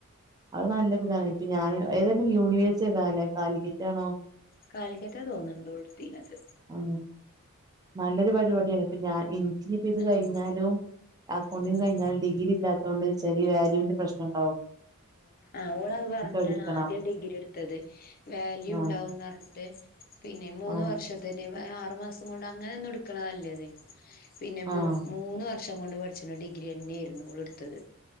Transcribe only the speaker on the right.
അത് നല്ല ഒര് ഇതാണ് ഇപ്പ ഞാന് ഏതേര്ന്ന് യൂണിവേഴ്സ് ഏതാ കാലിക്കറ്റാണോ
ഉം നല്ലൊരു പരിപാടിയാണ് ഇപ്പ ഞാൻ ഇനിക്കിനപ്പ ഇത് കഴിഞ്ഞാലും
അക്കൗണ്ടി
കഴിഞ്ഞാൽ ഡിഗ്രി ഇല്ലാത്തോണ്ട് ചെറിയ വാല്യുന്റെ പ്രശ്നം ഇണ്ടാവും
എടുക്കണം
ആഹ്
ആഹ്
ആഹ്